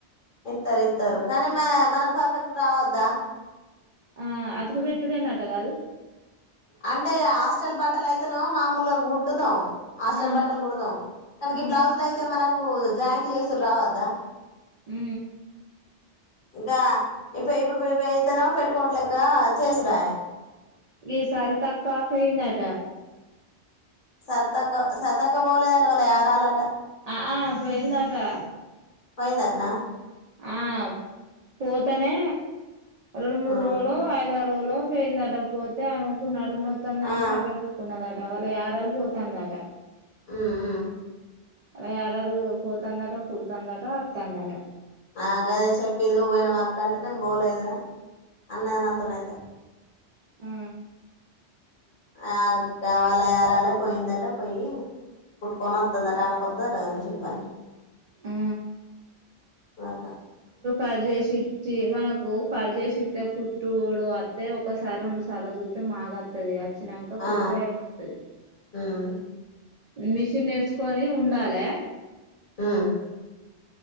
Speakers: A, on the left (about 50°); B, on the right (about 60°).
A: ఇత్తరు ఇత్తరు కానీ మ మనకు పర్ఫెక్ట్ రావద్దా
B: ఆ అతకు పెట్టుడేనాట కాదు
A: అంటే హాస్టల్ బట్టలు అయితేన మామూలుగా గుటుతాం హాస్టల్
B: ఆ
A: బట్టలు కుడతాం కనకి
B: ఆ
A: బ్లౌజ్లు అయితే మనకు జాయింట్ చేసారు రావద్దా
B: ఉ
A: ఇంకా ఇప్పు ఇప్పుడు ఇ అయితేనో పెట్టుకోట్లేక్క చేసుడా
B: ఈసారి తక్కువపోయిందట
A: సర్తకు సతకు పోలేదంటే వాళ్ల యారుాలట
B: ఆ ఆ పోయిందాటా
A: పోయిందటనా
B: ఆ పోతేనే రెండు మూడు
A: ఆ
B: రోజులు ఐదారు రోజులు లో పోయిందట పోతే ఆమెకు నడు న వత్ందాని
A: ఆ
B: సప కూకున్నదట వాల యారళూ పోతా అందాట
A: ఆ ఆ
B: అలా యారారురు పోతాందాట కుడతాందాట అతాందాట
A: అగదే చెప్పిది నువ్ పోయినా అక్క అంటే నే పోలేదురా అన్న నాతోనైతే
B: ఆ
A: ఆ కా వాళ ఏరాలే పోయిందట పోయి కుట్కొని వత్తది అట ఆమెకు వత్తాది అంటా గా మెషన్ పని
B: ఆ
A: అట్లా
B: ఆ <unintelligible> చ్చి మనకు కర్ చేేసిస్తే కుట్టుడు అస్తతే ఒకసారి రెండు సార్లు చూస్తే మాగా ది వచ్చినాక
A: ఆ
B: కుట్టే అయిపోతుది
A: మ్మ్
B: మిషన్ నేర్చుకొని ఉండాలి
A: ఆ